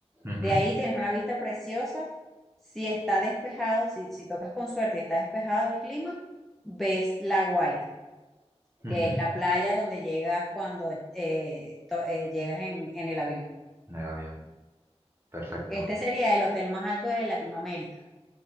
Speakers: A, on the right (about 20°); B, in the centre.
A: Ujú,
B: De ahí tienes una vista preciosa. Si está despejado, si, si tocas con suerte y está despejado el clima, ves La Guaira,
A: ujú.
B: que es la playa donde llegas cuando eh, to- eh, llegas en, en el avión.
A: En el avión, perfecto,
B: Este sería el hotel más alto de Latinoamérica.